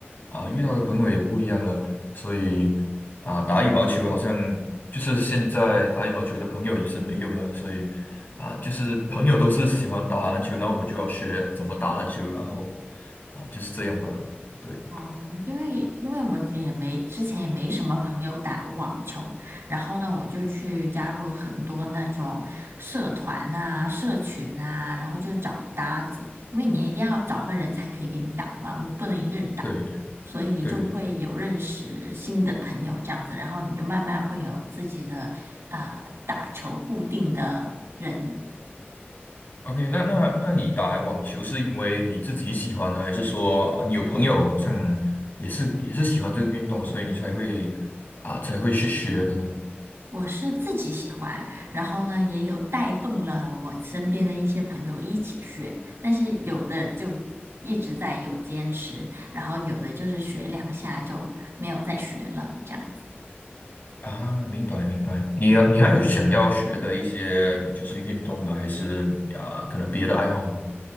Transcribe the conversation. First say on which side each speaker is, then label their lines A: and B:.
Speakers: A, on the left (about 50°); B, on the right (about 85°).
A: 啊遇到的朋友也不一样了，所以啊打羽毛球好像就是现在打羽毛球的朋友也是没有了，所以啊就是朋友都是喜欢打篮球，然后我就要学怎么打篮球，然后啊就是这样吧，对
B: 哦，因为因为我也没之前也没什么朋友打网球，然后呢，我就去加入很多那种社团啊、社群啊，然后就找搭子，因为你一定要找个人才可以给你打嘛，你不能一个人打，
A: 对对
B: 所以就会有认识新的朋友这样子，
A: 对对。
B: 然后你就慢慢会有自己的啊、打球固定的人。
A: OK，那那那你打网球是因为你自己喜欢呢，还是说啊你有朋友好像也是也是喜欢这个运动，所以你才会啊才会去学的呢？
B: 我是自己喜欢，然后呢，也有带动了我身边的一些朋友一起学，但是有的就一直在有坚持，然后有的就是学两下就没有再学了，这样子
A: 啊，明白明白。你要你还有想要学的一些就是运动吗？还是啊可能别的爱好吗？